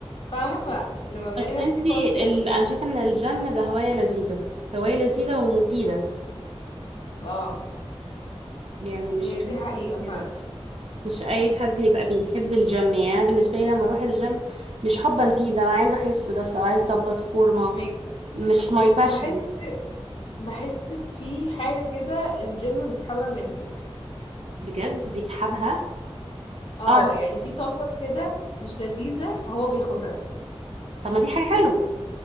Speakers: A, on the left; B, on the right.
A: فاهمة فلما بلاقي
B: بس انتي
A: نفسي فاضية
B: ال... انا شايفه ان الجيم ده هوايه لذيذه هوايه لذيذه ومفيده
A: اه
B: يعني مش
A: هي
B: اي
A: دي حقيقة
B: حد
A: فعلا
B: كده مش اي حد يبقى بيحب الجيم يعني أنا بالنسبه لي لما اروح الجيم مش حبا فيه ده انا عايزه اخس بس او عايزه اظبط فورمه
A: فاهمك
B: مش
A: بس
B: ماي باشن
A: بحس بحس في حاجة كده الجيم بيسحبها منك
B: بجد بيسحبها
A: اه
B: اه
A: يعني في طاقة كده مش لذيذة هو بياخدها
B: طب ما دي حاجه حلوه